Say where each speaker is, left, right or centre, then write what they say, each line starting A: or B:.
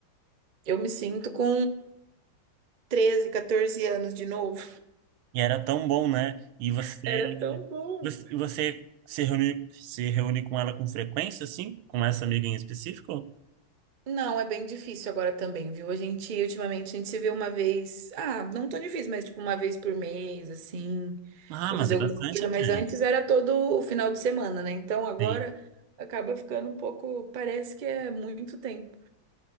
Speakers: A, on the right; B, on the right.
A: Eu me sinto com 13, 14 anos de novo.
B: E era tão bom, né? E você,
A: <laughs> Era tão bom.
B: você- e você se reúne, se reúne com ela com frequência, assim? Com essa amiga em específico?
A: Não, é bem difícil agora também, viu? A gente, ultimamente, a gente se vê uma vez. Ah, não tão difícil, mas tipo uma vez por mês, assim,
B: Ah,
A: pra
B: mas
A: fazer
B: é
A: alguma
B: bastante
A: coisa.
B: até.
A: Mas
B: né?
A: antes era todo o final de semana, né? Então agora
B: Sim.
A: acaba ficando um pouco. Parece que é muito tempo.